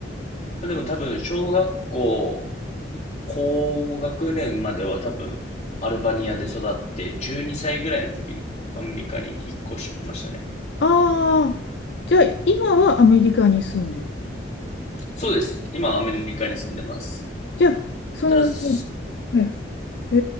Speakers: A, on the left (about 35°); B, on the left (about 65°).
A: まあ、でも多分、小学校、高学年までは多分、アルバニアで育って、12歳ぐらいの時にアメリカに引っ越しましたね。
B: あ、じゃあ今はアメリカに住んでる。
A: そうです。今、アメリカに住んでます。
B: じゃあ、その、
A: ただ、そ、
B: はい。え